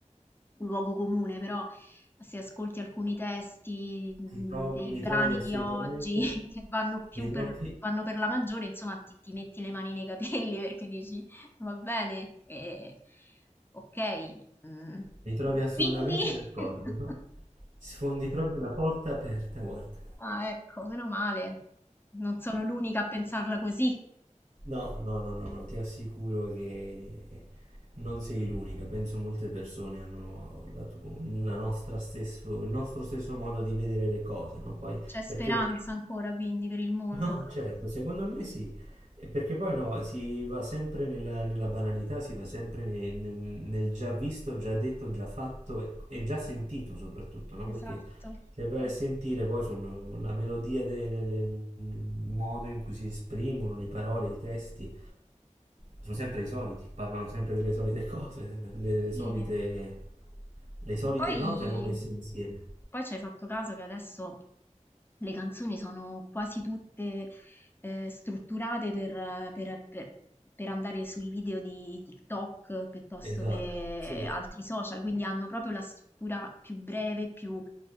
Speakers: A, on the left; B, on the right.
A: un luogo comune, però se ascolti alcuni testi mh,
B: Ti tro-
A: dei
B: mi
A: brani
B: trovi assolutamente,
A: di oggi <laughs> che vanno più
B: mi
A: per,
B: trovi,
A: vanno per la maggiore, insomma, ti, ti metti le mani nei capelli <laughs> perché dici va bene, eh, ok. mm,
B: mi trovi assolutamente
A: Quindi,
B: d'accordo.
A: <laughs>
B: <laughs> Sfondi proprio una porta aperta, guarda.
A: ah, ecco, meno male, non sono l'unica a pensarla così.
B: No, no, no, no, no, ti assicuro che non sei l'unica. Penso molte persone hanno la tu- la nostra stesso, il nostro stesso modo di vedere le cose, no? Poi,
A: C'è speranza
B: perché
A: ancora quindi per il mondo.
B: No, certo, secondo me sì, Eh, perché poi no, si va sempre nella, nella banalità, si va sempre ne- nel, nel già visto, già detto, già fatto e, e già sentito soprattutto, no? Perché
A: Esatto,
B: se vai a sentire poi sono la melodia, de- le- le- il modo in cui si esprimono, le parole, i testi, sono sempre i soliti, parlano sempre delle solite cose, delle, delle
A: sì.
B: solite, le solite
A: E poi,
B: note non messe insieme.
A: poi ci hai fatto caso che adesso le canzoni sono quasi tutte eh, strutturate per, per- per- per andare sui video di TikTok piuttosto
B: Esatto,
A: che
B: sì,
A: altri social, quindi hanno proprio la struttura più breve, più,